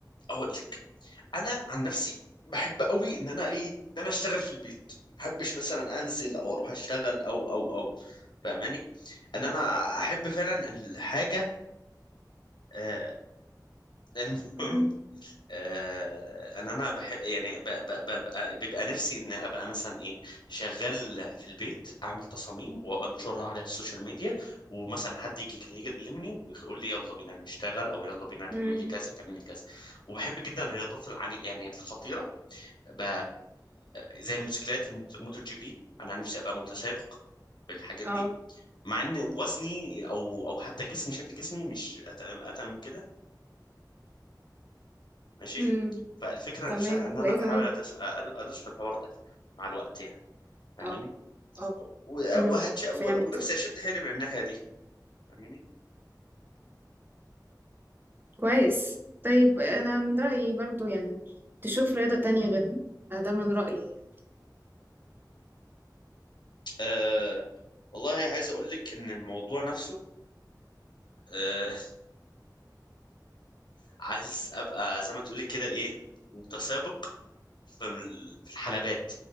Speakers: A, on the left; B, on the right.
A: اقول لك انا عن نفسي بحب قوي ان انا ايه ان انا اشتغل في البيت ما بحبش مثلا انزل او اروح اشتغل او او او فاهماني ان انا احب فعلا الحاجه آه المهم
B: امم
A: آه ان انا بحب يعني ب ب ب ب بيبقى نفسي ان ابقى مثلا ايه شغال في البيت اعمل تصاميم وانشرها على السوشيال ميديا ومثلا حد يجي يكلمني ويقول لي يلا بينا نشتغل او يلا بينا تعمل
B: امم
A: لي كذا تعمل لي كذا وبحب جدا الرياضات العني يعني الخطيره ب... زي الموتوسيكلات الموت- الموتو جي بي انا نفسي ابقى متسابق بالحاجات
B: اه
A: دي مع ان وزني او او حتى جسمي شكل جسمي مش اتقل اتقل من كده ماشي
B: امم
A: فالفكره
B: كمان
A: نفسها ان
B: وايه
A: انا بحاول
B: كمان
A: أدس- أدو- ادوس في الحوار ده مع الوقت يعني فاهماني
B: اه اه
A: و-
B: امم
A: وهتش ونفسي
B: فهمت
A: اشد حيلي من الناحيه دي فاهماني
B: كويس طيب انا من رأيي برضو يعني تشوف رياضة تانية غيرها ده من رأيي
A: أه والله عايز اقول لك ان الموضوع نفسه أه <laughs> عايز ابقى زي ما تقولي كده ايه متسابق في ال- في الحلبات